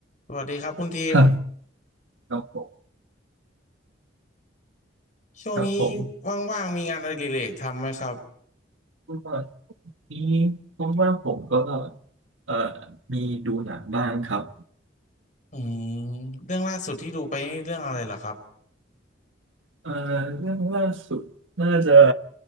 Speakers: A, on the left; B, on the right.
A: สวัสดีครับคุณทีม
B: ฮะกับผม
A: ช่วงนี้
B: กับผม
A: ว่างๆมีงานอดิเรกทำไหมครับ
B: ก็นี้ผมว่าผมก็เอ่อมีดูหนังบ้างครับ
A: อืมเรื่องล่าสุดที่ดูไปนี่เรื่องอะไรเหรอครับ
B: เอ่อเรื่องล่าสุดน่าจะ